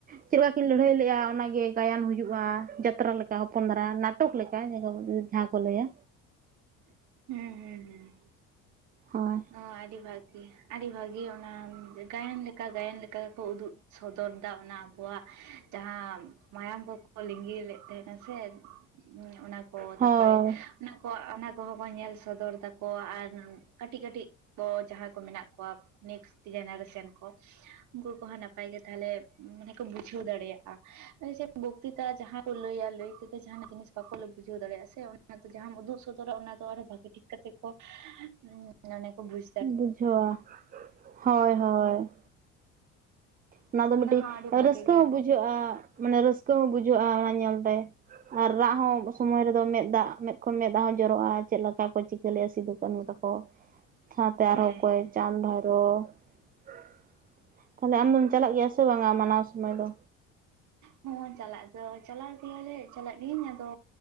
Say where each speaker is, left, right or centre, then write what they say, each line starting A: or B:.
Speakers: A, on the right; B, on the right.
A: ᱪᱮᱫ ᱞᱮᱠᱟ ᱠᱤᱱ ᱞᱟᱹᱲᱦᱟᱹᱭ ᱞᱮᱫᱼᱟ? ᱚᱱᱟ ᱜᱮ ᱜᱟᱭᱟᱱ ᱦᱩᱭᱩᱜᱼᱟ, ᱡᱟᱛᱨᱟ ᱞᱮᱠᱟ ᱾ ᱦᱚᱯᱚᱱ ᱫᱷᱟᱹᱨᱟ ᱱᱟᱴᱚᱠ ᱞᱮᱠᱟ ᱾ ᱡᱟᱦᱟᱸ ᱠᱚ ᱞᱟᱹᱭᱟ
B: ᱦᱩᱸ ᱦᱩᱸ ᱦᱩᱸ ᱾
A: ᱦᱳᱭ ᱾
B: ᱚ, ᱟᱹᱰᱤ ᱵᱷᱟᱹᱜᱤ, ᱟᱹᱰᱤ ᱵᱷᱟᱹᱜᱤ, ᱚᱱᱟ ᱜᱟᱭᱟᱱ ᱞᱮᱠᱟ ᱜᱟᱭᱟᱱ ᱞᱮᱠᱟ ᱠᱚ ᱩᱫᱩᱜ ᱥᱚᱫᱚᱨ ᱫᱟ, ᱚᱱᱟ ᱟᱵᱚᱣᱟᱜ ᱡᱟᱦᱟᱸ ᱢᱟᱭᱟᱢ ᱠᱚᱠᱚ ᱞᱤᱸᱜᱤ ᱞᱮᱫ ᱛᱟᱦᱮᱸᱱᱟ ᱥᱮ ᱚᱱᱟ ᱠᱚ
A: ᱦᱳᱭ
B: ᱛᱟᱨᱯᱚᱨᱮ, ᱚᱱᱟ ᱠᱚ, ᱚᱱᱟ ᱠᱚᱦᱚᱸ ᱵᱚᱱ ᱧᱮᱞ ᱥᱚᱫᱚᱨ ᱮᱫᱟ ᱠᱚ ᱟᱨ ᱠᱟᱹᱴᱤᱡ ᱠᱟᱹᱴᱤᱡ ᱠᱚ ᱡᱟᱦᱟᱸᱭ ᱠᱚ ᱢᱮᱱᱟᱜ ᱠᱚᱣᱟ᱾ ᱱᱮᱠᱥᱴ ᱡᱮᱱᱟᱨᱮᱥᱮᱱ ᱠᱚ, ᱩᱱᱠᱩ ᱠᱚᱦᱚᱸ ᱱᱟᱯᱟᱭ ᱜᱮ ᱛᱟᱦᱚᱸᱞᱮ ᱢᱟᱱᱮ ᱠᱚ ᱵᱩᱡᱷᱟᱹᱣ ᱫᱟᱲᱮᱭᱟᱜᱼᱟ ᱾ ᱵᱚᱠᱛᱤᱛᱟ ᱡᱟᱦᱟᱸ ᱠᱚ ᱞᱟᱹᱭᱟ ᱞᱟᱹᱭ ᱛᱮ ᱡᱟᱦᱟᱱᱟᱜ ᱡᱤᱱᱤᱥ ᱵᱟᱠᱚ ᱵᱩᱡᱷᱟᱹᱣ ᱫᱟᱲᱮᱭᱟᱜᱼᱟ ᱥᱮ, ᱚᱱᱟ ᱫᱚ ᱡᱟᱦᱟᱸ ᱩᱫᱩᱜ ᱥᱚᱫᱽᱨᱟ ᱚᱱᱟ ᱫᱚ ᱟᱨᱚ ᱵᱷᱟᱹᱜᱤ ᱴᱷᱤᱠ ᱠᱟᱛᱮ ᱠᱚ, ᱟᱱᱮ ᱚᱱᱟ ᱠᱚ ᱵᱩᱡ
A: ᱵᱩᱡᱷᱟᱹᱣᱼᱟ, ᱦᱳᱭ ᱦᱳᱭ ᱾ ᱚᱱᱟ ᱫᱚ ᱢᱤᱫᱴᱤᱡ
B: ᱦᱚᱸ ᱟᱹᱰᱤ ᱵᱷᱟᱜᱮ
A: ᱨᱟᱹᱥᱠᱟᱹ
B: ᱜᱮ
A: ᱦᱚᱸ ᱵᱩᱡᱷᱟᱹᱜ ᱵᱩᱡᱷᱟᱹᱜᱼᱟ, ᱢᱟᱱᱮ ᱨᱟᱹᱥᱠᱟᱹ ᱦᱚᱸ ᱵᱩᱡᱷᱟᱹᱜᱼᱟ᱾
B: ᱦᱮᱸ
A: ᱚᱱᱟ ᱧᱮᱞ ᱛᱮ ᱟᱨ ᱨᱟᱜ ᱦᱚᱸ ᱥᱚᱢᱚᱭ ᱨᱮᱫᱚ ᱢᱮᱫ ᱫᱟᱜ ᱢᱮᱫ ᱠᱷᱚᱱ ᱢᱮᱫ ᱫᱟᱜ ᱦᱚᱸ ᱡᱚᱨᱚᱜᱼᱟ᱾ ᱪᱮᱫ ᱞᱮᱠᱟ ᱠᱚ ᱪᱤᱠᱟᱹ ᱞᱮᱫᱼᱟ, ᱥᱤᱫᱩᱼ ᱠᱟᱹᱱᱦᱩ ᱛᱟᱠᱚ? ᱥᱟᱶᱛᱮ ᱟᱨᱦᱚᱸ
B: ᱦᱮᱸ
A: ᱚᱠᱚᱭ
B: ᱦᱮᱸ
A: ᱪᱟᱸᱫᱽ ᱵᱷᱟᱭᱨᱳ ᱾ ᱛᱟᱦᱞᱮ ᱟᱢ ᱫᱚᱢ ᱪᱟᱞᱟᱜ ᱜᱮᱭᱟ ᱥᱮ ᱵᱟᱝᱼᱟ ᱢᱟᱱᱟᱣ ᱥᱚᱢᱚᱭ ᱫᱚ?
B: ᱦᱚᱸ, ᱪᱟᱞᱟᱜ ᱫᱚ ᱪᱟᱞᱟᱜ ᱜᱮᱭᱟ ᱞᱮ, ᱪᱟᱞᱟᱜ ᱜᱤᱭᱟᱹᱧ, ᱟᱫᱚ